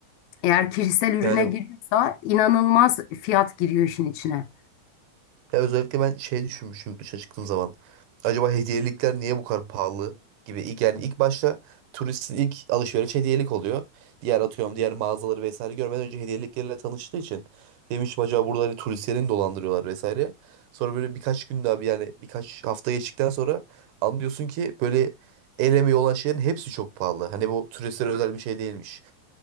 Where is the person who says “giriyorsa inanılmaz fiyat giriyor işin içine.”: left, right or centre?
Left